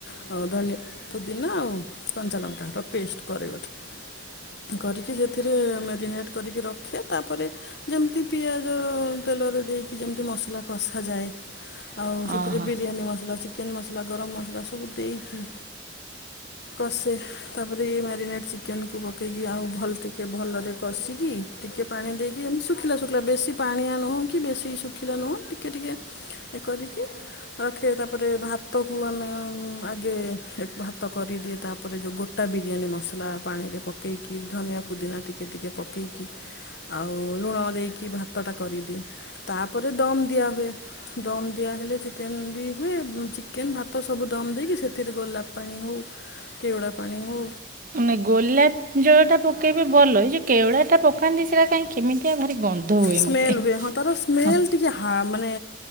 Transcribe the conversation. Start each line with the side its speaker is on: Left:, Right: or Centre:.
Left: ହଉ ଧନିଆ ପୁଦିନା ଆଉ କଞ୍ଚାଲଙ୍କା ର ପେଷ୍ଟ ପରେ ଗୋଟେ କରିକି ସେଥିରେ ମ୍ୟାରିନେଟ୍ କରିକି ରଖେ ତାପରେ ଯେମିତି ପିଆଜ ତେଲରେ ଦେଇକି ଯେମତି ମସଲା କଷା ଯାଏ ଆଉ ସେଥିରେ
Right: ଓହୋ
Left: ବିରୀୟାନୀ ମସଲା ଚିକେନ୍ ମସଲା ଗରମ ମସଲା ସବୁ ଦେଇକି କଷେ। ତାପରେ ଏଇ ମ୍ୟାରିନେଟ୍ ଚିକେନକୁ ପକେଇକି ଆଉ ଭଲ ଟିକେ ଭଲରେ କଷିକି ଟିକେ ପାଣି ଦେଇକି ଏଇ ଶୁଖିଲା ଶୁଖିଲା ବେଶି ପାଣିଆ ନୁହୁଁ ବେଶୀ ଶୁଖିଲା ନୁହୁ଼ଁ ଟିକେ ଟିକେ କରିକି ରଖେ ତାପରେ ଭାତକୁ ଆମେ ଆଗେ ଭାତ କରିଦିଏ ତାପରେ ତାପରେ ଯୋଉ ଗୋଟା ବିରିୟାନୀ ମସଲା ପାଣିରେ ପକେଇକି। ଧନିଆ ପୁଦିନା ଟିକେ ଟିକେ ପକେଇକି। ଆଉ ଲୁଣ ଦେଇକି ଭାତ ଟା କରିଦିଏ। ତାପରେ ଦମ ଦିଆ ହୁଏ। ଦମ୍ ଦିଆହେଲେ ଚିକେନ ବି ହୁଏ। ଚିକେନ ଭାତ ସବୁ ଦମ୍ ଦେଇକି ସେଥିରେ ଗୋଲାପ ପାଣି ହଉ। କେବଡ଼ା ପାଣି ହଉ।
Right: ନା ଗୋଲାପ ଜଳଟା ପକେଇବେ ଭଲ ଯୋଉ କେୱଡା ପକାନ୍ତି ସେଟା କାହିଁ କେମିତି ଆ ଭାରି ଗନ୍ଧ। ହୁଏ
Left: ସ୍ମେଲ
Right: ମୋତେ
Left: ହୁଏ ହଁ ତାର ସ୍ମେଲ
Right: ହଁ
Left: ଟିକେ ମାନେ